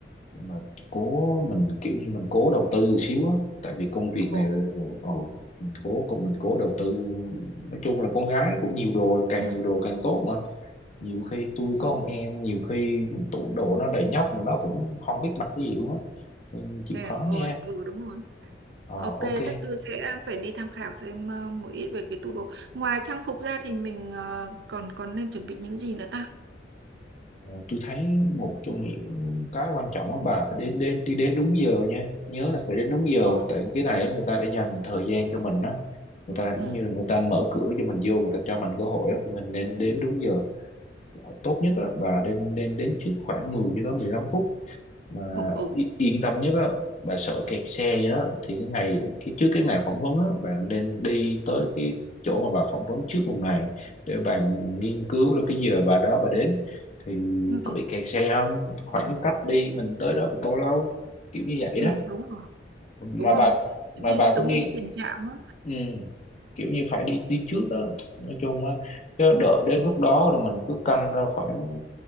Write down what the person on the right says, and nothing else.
Ồ,
ừ,
ừ.
Thế
à, ôi,
ừ đúng rồi.
Ok,
chắc tôi sẽ phải đi tham khảo xem ờ, một ít về cái tủ đồ. Ngoài trang phục ra thì mình ờ, còn còn nên chuẩn bị những gì nữa ta?
Ồ,
ừ,
ồ, ừ,
ừ,
ừ,
đúng rồi,
đúng rồi.
Đi
giống
như đi tiền trạm á.